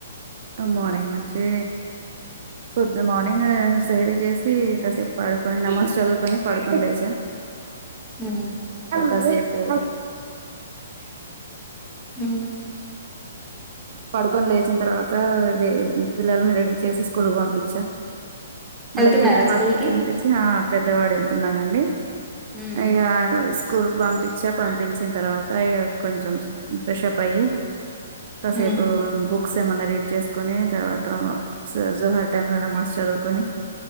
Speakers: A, on the right; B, in the centre.
A: మార్నింగ్ నుంచి పొద్దు మార్నింగ్ సైరీ చేసి కాసేపు పడుకొని నమాజ్ చదువుకొని పడుకొని లేచ
B: ఉమ్,
A: కాసేపు
B: ఉమ్.
A: పడుకొని లేచిన తర్వాత లే నిద్రల్నే రెడీ చేసి స్కూల్కి పంపించా వాళ్ళకి
B: వెళ్తున్నారా
A: బ్రేక్ఫాస్ట్
B: స్కూల్ కి
A: తినిపించి ఆ పెద్దవాడు వెళ్తున్నాడం డి
B: ఉమ్,
A: ఇగా స్కూల్ కి పంపించా పంపించిన తర్వాత ఇగా కొంచెం ఫ్రెషప్ అయ్యి కాసేపు
B: ఉమ్
A: బుక్స్ ఏమన్నా రీడ్ చేసుకోని తర్వాత జహార్ టై లో నమాజ్ చదువుకుని